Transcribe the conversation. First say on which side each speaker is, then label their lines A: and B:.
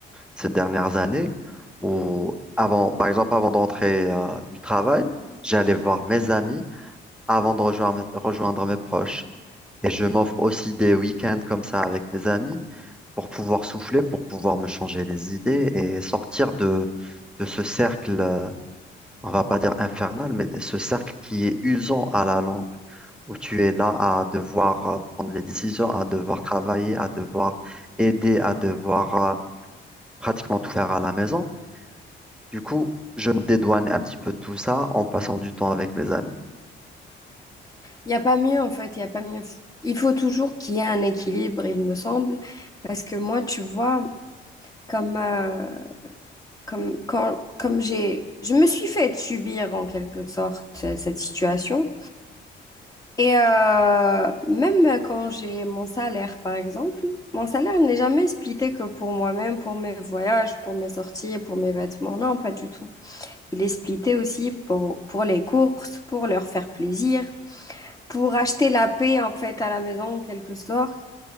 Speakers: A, in the centre; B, on the left.
A: ces dernières années, où avant, par exemple, avant d'entrer euh, du travail, j'allais voir mes amis avant de rejoindre, rejoindre mes proches. Et je m'offre aussi des week-ends comme ça avec mes amis pour pouvoir souffler, pour pouvoir me changer les idées et sortir de, de ce cercle, euh, on va pas dire infernal, mais de ce cercle qui est usant à la langue, où tu es là à devoir euh, prendre les décisions, à devoir travailler, à devoir aider, à devoir euh, pratiquement tout faire à la maison. Du coup, je me dédouane un petit peu de tout ça en passant du temps avec mes amis.
B: Il n'y a pas mieux, en fait, il n'y a pas mieux. Il faut toujours qu'il y ait un équilibre, il me semble, parce que moi, tu vois, comme euh, comme, quand, comme j'ai, je me suis fait subir en quelque sorte euh, cette situation. Et euh, même quand j'ai mon salaire, par exemple, mon salaire n'est jamais splitté que pour moi-même, pour mes voyages, pour mes sorties, pour mes vêtements. Non, pas du tout. Il est splitté aussi pour, pour les courses, pour leur faire plaisir, pour acheter la paix en fait à la maison en quelque sorte